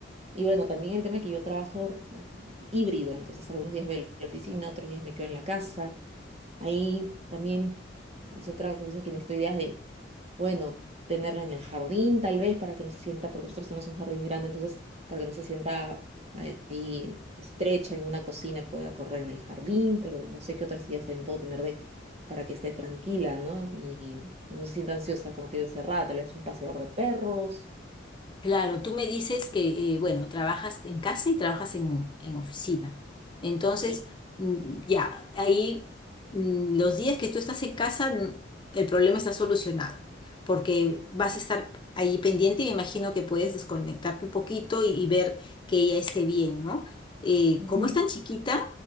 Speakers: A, on the right; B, on the left.
A: Y bueno, también el tema que yo trabajo mm, híbrido, entonces algunos días voy a la oficina, otros días me quedo en la casa, Ahí también es otra cosa que necesito ideas de, bueno, tenerla en el jardín tal vez para que no se sienta, porque nosotros tenemos un jardín grande, entonces para que no se sienta ahí estrecha en una cocina, pueda correr en el jardín, pero no sé qué otras ideas también puedo tener de, para que esté tranquila, ¿no? Y no se sienta ansiosa como te digo, encerrada, tal vez un paseador de perros.
B: Claro, tú me dices que, eh, bueno, trabajas en casa y trabajas en, en oficina. Entonces,
A: Sí.
B: mm, ya, ahí mm, los días que tú estás en casa, mm, el problema está solucionado, porque vas a estar ahí pendiente y me imagino que puedes desconectarte un poquito y, y ver que ella esté bien, ¿no? Eh,
A: Ujú,
B: como es tan chiquita,